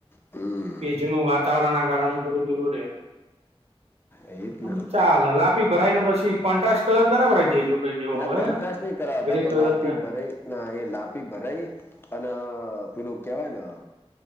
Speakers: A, on the left (about 20°); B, on the right (about 85°).
A: હમમ.
B: ભેજ નું વાતાવરણ ના કારણે થોડું પેલું રેય
A: એ જ
B: આમ
A: ને
B: તો ચાલે લાપી લાપી ભરાઈ ને પછી કોન્ટ્રા્સટ કલર કરાવ ડાઈ દેજો. કઈ જેવો
A: ના
B: હોય
A: કોન્ટ્રાસટ
B: ને
A: નય કરાવતા
B: ગ્રે
A: તો
B: કલર
A: લાપી
B: કે
A: ભરાય. ના એ લાપી ભરાઈ અને અ પેલું કેવાય ને અ